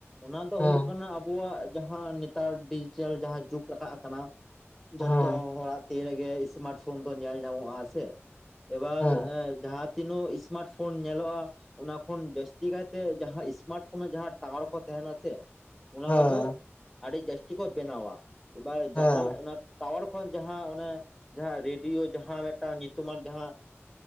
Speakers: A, in the centre; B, on the left (about 30°).
A: ᱚᱱᱟ ᱫᱚ
B: ᱦᱮᱸ
A: ᱦᱩᱭᱩᱜ ᱠᱟᱱᱟ ᱟᱵᱚᱣᱟᱜ ᱡᱟᱦᱟᱸ ᱱᱮᱛᱟᱨ ᱰᱤᱡᱤᱴᱮᱞ ᱡᱟᱦᱟᱸ ᱡᱩᱜᱽ ᱨᱟᱠᱟᱵ ᱠᱟᱱᱟ
B: ᱦᱮᱸ
A: ᱡᱚᱛᱚ ᱦᱚᱲᱟᱜ ᱛᱤ ᱨᱮᱜᱮ ᱥᱢᱟᱨᱴ ᱯᱷᱳᱱ ᱫᱚ ᱧᱮᱞ ᱧᱟᱢᱚᱜ-ᱟ ᱥᱮ ᱮᱵᱟᱨ
B: ᱦᱮᱸ
A: ᱡᱟᱦᱟᱸ ᱛᱤᱱᱟᱹᱜ ᱥᱢᱟᱨᱴ ᱯᱷᱳᱱ ᱧᱮᱞᱚᱜᱼᱟ ᱚᱱᱟ ᱠᱷᱚᱱ ᱡᱟᱹᱥᱛᱤ ᱠᱟᱭᱛᱮ ᱡᱟᱦᱟᱸ ᱥᱢᱟᱨᱴ ᱯᱷᱳᱱ ᱨᱮᱱᱟᱜ ᱡᱟᱦᱟᱸ ᱴᱟᱣᱟᱨ ᱠᱚ ᱛᱟᱦᱮᱸᱱᱟ ᱥᱮ ᱚᱱᱟ
B: ᱦᱮᱸ
A: ᱠᱚᱫᱚ ᱟᱹᱰᱤ ᱡᱟᱹᱥᱛᱤ ᱠᱚ ᱵᱮᱱᱟᱣᱟ ᱮᱵᱟᱨ
B: ᱦᱮᱸ
A: ᱡᱟᱦᱟᱸ ᱚᱱᱟ ᱴᱟᱣᱟᱨ ᱠᱷᱚᱱ ᱡᱟᱦᱟᱸ ᱚᱱᱮ ᱡᱟᱦᱟᱸ ᱨᱮ ᱡᱟᱦᱟᱸ ᱢᱤᱫᱴᱟᱝ ᱧᱩᱛᱩᱢᱟᱱ ᱡᱟᱦᱟᱸ